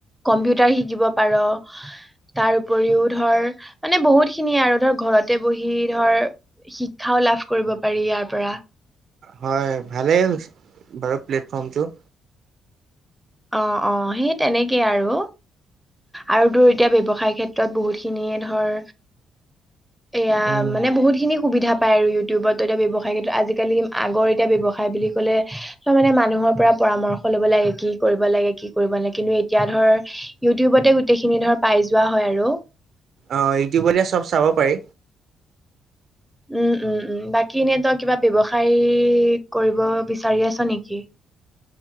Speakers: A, in the centre; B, on the right (about 60°).
A: কম্পিউটাৰ শিকিব পাৰো। তাৰ উপৰিও ধৰ মানে বহুত খিনি আৰু ধৰ ঘৰতে বহি ধৰ শিক্ষাও লাভ কৰিব পাৰি ইয়াৰ পৰা।
B: হয় ভালে হৈছে বাৰু প্লেটফৰ্মটো।
A: অ অ সেই তেনেকে আৰু। আৰু তোৰ এতিয়া ব্যৱসায় ক্ষেত্ৰত বহুত খিনিয়ে ধৰ এয়া
B: উম
A: মানে বহুত খিনি সুবিধা পায় আৰু ইউটিউবত এতিয়া ব্যৱসায় কিন্তু আজিকালি আগৰ এতিয়া ব্যৱসায় বুলি ক'লে ত মানে মানুহৰ পৰামৰ্শ ল'ব লাগে কি কৰিব লাগে, কি কৰিব লাগে কিন্তু এতিয়া ধৰ ইউটিউবতে গোটেখিনি ধৰ পাই হোৱা হৈ আৰু।
B: অ ইউটিউবতে চব চাব পাৰি।
A: উম উম উম বাকী এনে তই কিবা ব্যৱসায় কৰিব বিচাৰি আছো নেকি।